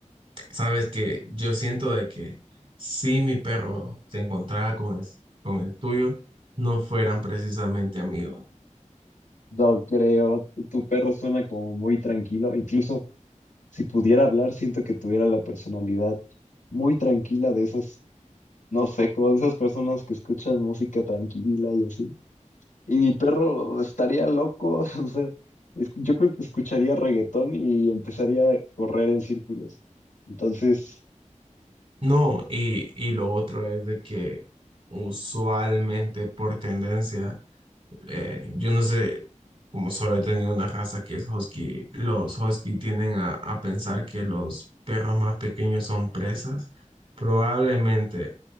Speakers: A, on the right (about 40°); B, on the left (about 80°).
A: sabes que yo siento de que si mi perro se encontraba con el, con el tuyo, no fueran precisamente amigos.
B: No creo, tu tu perro suena como muy tranquilo, incluso si pudiera hablar, siento que tuviera la personalidad muy tranquila de esos no sé, como de esas personas que escuchan música tranquila y así. Y mi perro estaría loco, <laughs> o sea, es- yo creo que escucharía reggaetón y empezaría a correr en círculos. Entonces,
A: No, y, y lo otro es de que usualmente por tendencia, eh, yo no sé, como solo he tenido una raza que es husky, los husky tienden a, a pensar que los perros más pequeños son presas. Probablemente